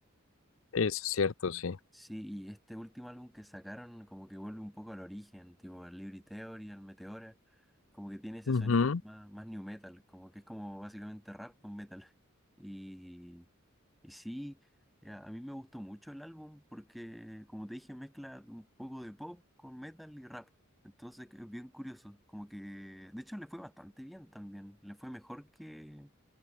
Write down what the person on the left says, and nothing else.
Eso es cierto, sí.
Ujú.